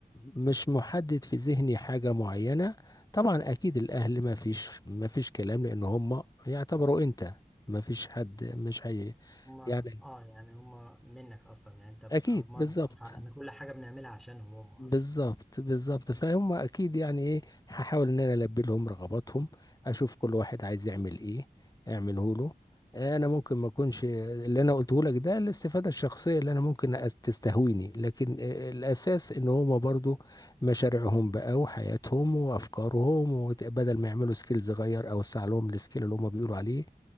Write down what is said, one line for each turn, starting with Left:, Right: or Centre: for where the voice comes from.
Left: مش محدد في ذهني حاجة معينة طبعا أكيد الأهل ما فيش ما فيش كلام لأن هم يعتبروا أنت ما فيش حد مش هي
Centre: هما
Left: يعني
Centre: اه يعني هما منك أصلا يعني أنت
Left: أكيد
Centre: أو بمعنى
Left: بالظبط
Centre: صح أن كل حاجة بنعملها عشانهم هم أصلا
Left: بالظبط بالظبط فهم اكيد يعني ايه هحاول ان انا البي لهم رغباتهم اشوف كل واحد عايز يعمل ايه اعمله له انا ممكن ما اكونش اللي انا قلته لك ده الاستفاده الشخصيه اللي انا ممكن أس- تستهويني لكن آه، الاساس ان هم برضو مشاريعهم بقى وحياتهم وافكارهم وت- بدل ما يعملوا سكيل صغير او اوسع لهم السكيل اللي هم بيقولوا عليه